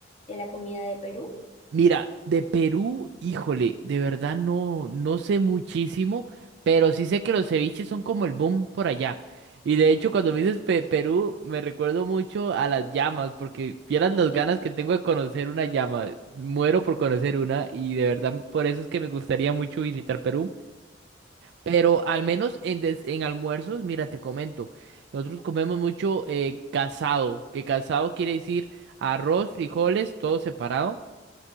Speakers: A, on the left; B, on the right.
A: de la comida de Perú?
B: Mira, de Perú, híjole, de verdad no, no sé muchísimo, pero sí sé que los ceviches son como el boom por allá. Y de hecho,
A: Ujú.
B: cuando me dices Pe- Perú, me recuerdo mucho a las llamas, porque vieras las
A: <laughs>
B: ganas que tengo de conocer una llama, muero por conocer una y de verdad por eso es que me gustaría mucho visitar Perú. Pero al menos en, des- en almuerzos, mira, te comento, nosotros comemos mucho eh, casado, que casado quiere decir arroz, frijoles, todo separado,